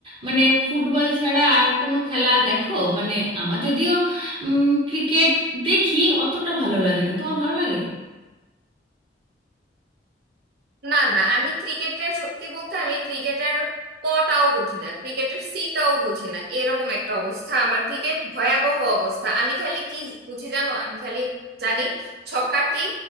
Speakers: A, on the right (about 30°); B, on the right (about 60°).
A: মানে ফুটবল ছাড়া আর কোনো খেলা দেখো মানে আমার যদিও ক্রিকেট দেখি অতটা ভালো লাগে না তোমার ভালো লাগে
B: না না আমি ক্রিকেটের সত্যি বলতে আমি ক্রিকেটের কটাও বুঝি না ক্রিকেটের সিটাও বুঝি না এরকম একটা অবস্থা আমার ক্রিকেট ভয়াবহ অবস্থা আমি খালি কি বুঝি জানো আমি খালি জানি ছক্কা কি